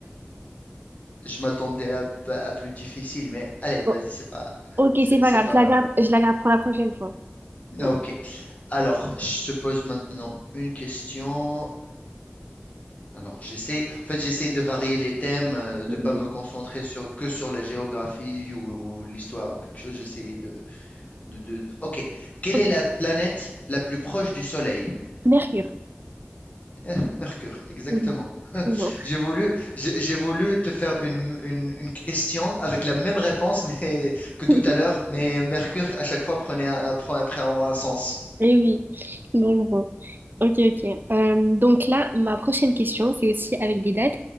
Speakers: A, on the left; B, on the right.
A: Je m'attendais à, à plus difficile, mais allez,
B: Bon,
A: vas-y, c'est pas,
B: ok,
A: c'est
B: c'est pas grave,
A: pas
B: je
A: mal.
B: la garde, je la garde pour la prochaine fois. bon.
A: Ok. Alors, je te pose maintenant une question. Alors, j'essaie, en fait, j'essaie de varier les thèmes, euh,
B: Mm,
A: de pas me concentrer sur, que sur la géographie ou, ou l'histoire ou quelque chose. J'essaie de, de, de- de- Ok. Quelle
B: ok.
A: est la planète la plus proche du Soleil?
B: Mercure.
A: Eh, Mercure, exactement.
B: Mhm.
A: <laughs>
B: Bon.
A: J'ai voulu, j'ai j'ai voulu te faire une, une- une question avec la même réponse mais, <laughs> que tout
B: <laughs>
A: à l'heure, mais Mercure, à chaque fois, prenait un, prend, prend un sens.
B: Eh oui. Donc bon. Ok, ok. Euh, donc là, ma prochaine question, c'est aussi avec des dates.